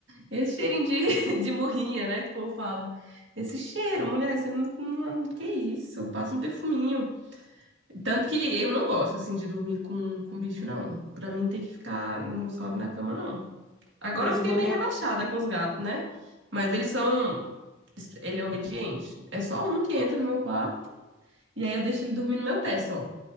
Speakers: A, on the right; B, in the centre.
A: Esse cheirinho de, <laughs> de morrinha, né, que o povo fala. Esse cheiro, mulher, você não, não- Que isso? Passa um perfuminho. Tanto que eu não gosto, assim, de dormir com, com bicho, não. Pra mim tem que ficar... Não sobe na cama, não. Agora
B: Mas
A: eu fiquei
B: o do
A: meio
B: meu,
A: relaxada com os gatos, né? Mas eles são... Ele é obediente. É só um que entra no meu quarto e aí eu deixo ele dormir no meu pé só.